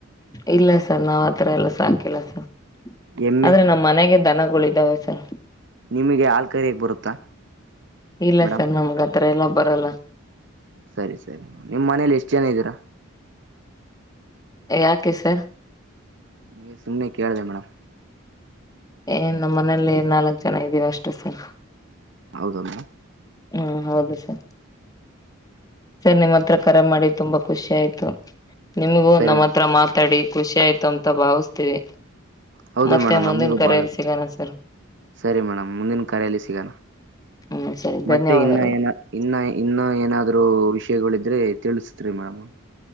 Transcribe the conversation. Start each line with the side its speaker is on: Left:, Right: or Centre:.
Left: ಇಲ್ಲ ಸರ್ ನಾವ್ ಅತರ ಎಲ್ಲ ಸಾಕಿಲ್ಲ ಸರ್.
Right: ಎಮ್ಮೆ
Left: ಆದ್ರೆ ನಮ್ಮನೆಗೆ ದನ ಕೊಳಿದಾವೆ ಸರ್
Right: ನಿಮಗೆ ಆಲ್ ಕರೆಕೆ ಬರುತ್ತಾ
Left: ಇಲ್ಲ
Right: ಮೇಡಮ್
Left: ಸರ್ ನಮ್ಗ್ ತ್ರ್ ಎಲ್ಲ ಬರಲ್ಲ
Right: ಸರಿ ಸರಿ ನಿಮ್ಮನೇಲಿ ಎಷ್ಟ್ ಜನ ಇದರಾ
Left: ಯಾಕೆಸ್
Right: ಗೆ ಸುಮ್ಮ್ನೆ ಕೇಳ್ದೆ ಮೇಡಂ.
Left: ಏ ನಮ್ಮನೇಲ್ಲಿ ನಾಲ್ಕ್ ಜನ ಇದೀವ ಅಷ್ಟ್ ಸರ್.
Right: ಹೌದ್ನ್
Left: ಹ್ಮ ಹೌದು ಸರ್ ಸರ್ ನಿಮ್ಹತ್ರ ಕರೆ ಮಾಡಿ ತುಂಬಾ ಖುಷಿ ಆಯ್ತು. ನಿಮ್ಗು
Right: ಸರಿ
Left: ನಮ್ಮತ್ರ ಮಾತಾಡಿ ಖುಷ್ಷಾಯ್ತು ಅಂತ ಭಾವಿಸ್ತೀವಿ.
Right: ಹೌದು
Left: ಮತ್ತೆ
Right: ಮೇಡಮ್ ನಮಗೂ
Left: ಮುಂದಿನ ಕರೆಯಲ್ಲಿ
Right: ಬಾಳ
Left: ಸಿಗೋಣ ಸರ್
Right: <inaudible> ಸರಿ ಮೇಡಮ್ ಮುಂದಿನ್ ಕರೆಯಲ್ಲಿ ಸಿಗಾಣ.
Left: ಹ್ಮ್ ಸರಿ ಧನ್ಯವಾದಗಳು
Right: ಮತ್ತೆ ಇನ್ನ ಏನ ಇನ್ನ ಇನ್ನ ಏನಾದ್ರೂ ವಿಷ್ ಳಿದ್ರೆ ತಿಳ್ಸ್ ತ್ರಿ ಮೇಡಮ್.